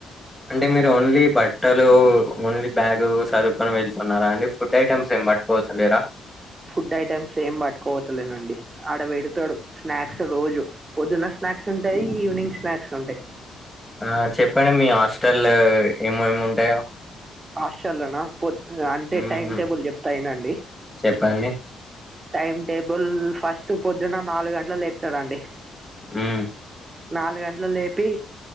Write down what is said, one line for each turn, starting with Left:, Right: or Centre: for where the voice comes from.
Centre: అంటే మీరు ఓన్లీ బట్టలూ ఓన్లీ బ్యాగు సర్దుకొని వెళ్తున్నారా అండి. ఫుడ్ ఐటమ్స్ ఏం పట్టుకోవచ్చలేరా
Right: ఫుడ్ ఐటెమ్స్ ఏం పట్టుకపోతలేనండి. ఆడ పెడతడు స్నాక్స్ రోజు పొద్దున స్నాక్స్ ఉంటయీ ఈవినింగ్ స్నాక్స్ ఉంటయ్.
Centre: ఆ చెప్పండి మీ హాస్టల్ల ఏమేమి ఉంటయో.
Right: హాస్టల్ల నా పొద్ అంటే
Centre: హ్మ్
Right: టైమ్ టేబుల్ చెప్తా ఇనండి.
Centre: చెప్పండి
Right: టైమ్ టేబుల్ల్ ఫస్టు పొద్దున్నా నాలుగ్ గంట్లక్ లేపుతడండి.
Centre: హ్మ్
Right: నాలుగు గంట్లక్ లేపీ